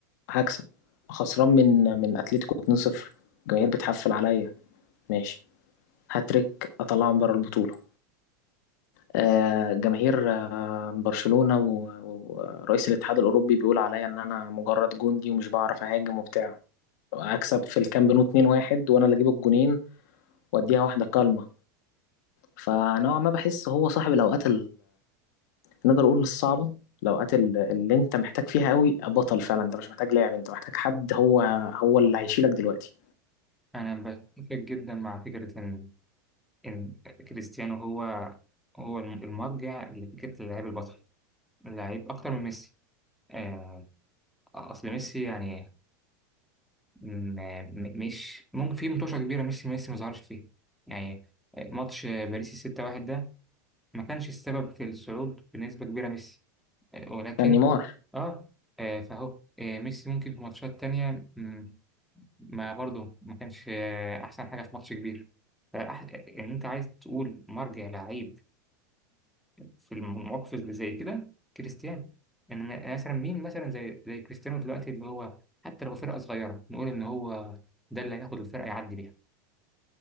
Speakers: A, on the left; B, in the centre.
A: هكسب خسران من من اتلتيكو 2-0 الجماهير بتحفل عليا ماشي هاتريك اطلعهم بره البطوله آه جماهير آه برشلونه و- ورئيس الاتحاد الاوروبي بيقول عليا ان انا مجرد جندي ومش بعرف اهاجم وبتاع اكسب في الكامب نو 2-1 وانا اللي اجيب الجونين واديها واحده كالمه فنوعا ما بحس هو صاحب الاوقات نقدر اقول الصعبه الاوقات ال- اللي انت محتاج فيها قوي بطل فعلا انت مش محتاج لاعب انت محتاج حد هو هو اللي هيشيلك دلوقتي
B: أنا بتفق جدا مع فكرة إن إن كريستيانو هو هو الم- المرجع لفكرة اللعيب البطل لعيب أكتر من ميسي آه، آه، اصل ميسي يعني م- م- مش ممكن في مطوشه كبيره ميسي ميسي ما ظهرش فيها يعني آه، ماتش باريس 6-1 ده ما كانش السبب في الصعود بنسبه كبيره ميسي آه، ولكن
A: كان نيمار
B: اه آه، فهو آه، ميسي ممكن في ماتشات تانية م، ما برضه ما كانش آه، احسن حاجه في ماتش كبير فأح- آه، ان انت عايز تقول مرجع لعيب في المواقف اللي زي كده كريستيانو يعني م- مثلا مين مثلا زي زي كريستيانو دلوقتي اللي هو حتى لو فرقة صغيرة نقول إن هو ده اللي هياخد الفرقة يعدي بيها